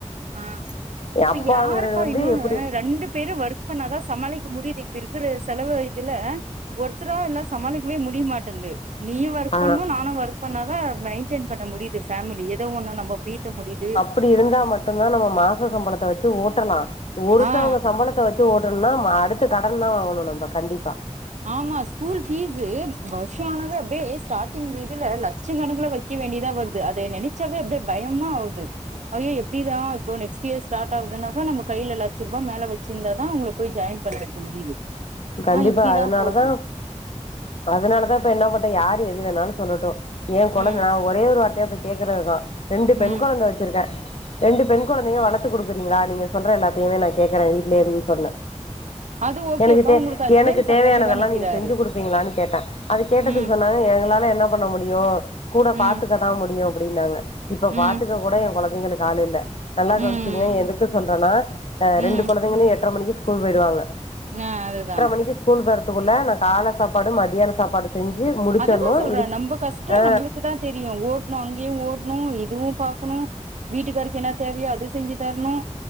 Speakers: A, on the right; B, on the left.
A: ஆ
B: என்
A: இப்ப
B: அப்பாங்கிறது
A: யாருப்பா
B: வந்து
A: இன்னொன்னு
B: எப்படி
A: ரெண்டு பேரு ஒர்க் இப்ப நாதா சமாளிக்க முடியுது இப்ப இருக்கிற செலவு இதுல ஒருத்தரா இருந்தா சமாளிக்கவே முடிய மாட்டன்து நீயு ஒர்க்
B: ஆ.
A: பண்ணு நானு ஒர்க் பண்ணாதா மெயின்டென் பண்ண முடி ஃபேமிலி ஏதோ ஒண்ணு நம்ப பீத்த முடியுது
B: அப்டி இருந்தா மட்டுந்தா நம்ம மாச சம்பளத்தை வச்சு ஓட்டலா ஒருத்தவங்க
A: ஆ
B: சம்பளத்த வச் சு ஓட்டணுனா அடுத்து கடன் தா வாங்கணு நம்ப கண்டிப்பா
A: ஆமா ஸ்கூல் பீஸு வருஷானவே அப்டியே ஸ்டார்டிங் இதுல லட்சங் கணக்குல வைக் கிய வேண்டியதா வருது அத நெனைச்சாவே அப்டியே பயமா ஆகுது அயோ எப்டிதா இப்போ நெக்ஸ்ட் இயர் ஸ்டார்ட் ஆகுதுனாக்கா நம்ம கையில லட்ச ரூபா மேல வச்சிருந்தா தா அவங்களுக் போய் ஜாயின் பண்ண வைக்க முடியுது
B: கண்டிப்பா
A: ஆ இப்டிதா
B: அதனாலதா
A: போது
B: அதனால தா இப்ப என்ன பண்ட யாரு எது வேணாலு சொல்லட்டு எ கொழந்த
A: ம்
B: நா ஒரே ஒரு வார்த்தையா போய் கேக்குறதுதா ரெண்டு பெண்
A: ம்
B: கொழந்த வச்சிருக்கே ரெண்டு பெண் கொழந்தையு வளத்து கொடுக்குறீங்களா நீங்க சொல்ற எல்லாத்தையுமே நா கேக்குறே வீட்லயே இருந் சொன்ன
A: அது ஓகேப்பா
B: எனக்கு தே
A: உங்களுக்கு ஹஸ்பண்ட்
B: எனக்கு
A: சப்போர்ட்டிவா
B: தேவையானதெல்லா
A: நிக்கிறாரு
B: நீங்க செஞ்சு கொடுப் பீங்களான் கேட்டே அது கேட்டதுக்கு
A: ம்
B: சொன்னாங்க எங்களால என்ன பண்ண முடியு கூட
A: ம்
B: பாத்துக்க தா முடியு அப்டின்னாங்க இப்ப
A: ம்
B: பாத்துக்க கூட என் கொழந்தைங்களுக்கு ஆளு இல்ல நல்லா கவனிச்சுகுங்க
A: ம்
B: எதுக்கு சொல்றன்னா
A: ம்
B: ரெண்டு கொழந்தைங்களு எட்ர மணிக்கு ஸ்கூல் போயிடுவாங்க
A: க அது தா
B: க்கு ஸ்கூல் போறத்துக்குள்ள நா கால சாப்பாடு மத்யான சாப்பாடு செஞ்சி முடிச்சர்ணு
A: அதுதா சொல்றே
B: இதுக்கு
A: நம்ப கஷ்ட
B: ஆ
A: நம்மளுக்குதா தெரியு ஓட்ணு அங்கயு ஓட்ணு இதுவு பாக்கணு வீட்டுக்காருக்கு என்ன தேவையோ அது செஞ்சி தர்ணு